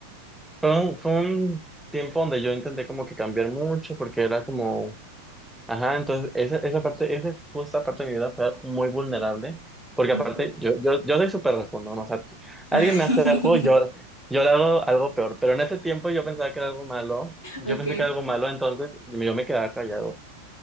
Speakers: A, in the centre; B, on the left.
A: Fue un, fue un tiempo donde yo intenté como que cambiar mucho porque era como, ajá, entonces esa, esa parte, esa justa parte de mi vida fue muy vulnerable porque
B: Okay,
A: aparte yo, yo, yo soy súper respondón, o sea, tú- alguien
B: <laughs>
A: me hace algo, yo, yo le hago algo peor, pero en ese tiempo yo pensaba que era algo malo, yo
B: Okay.
A: pensé que era algo malo, entonces yo me quedaba callado.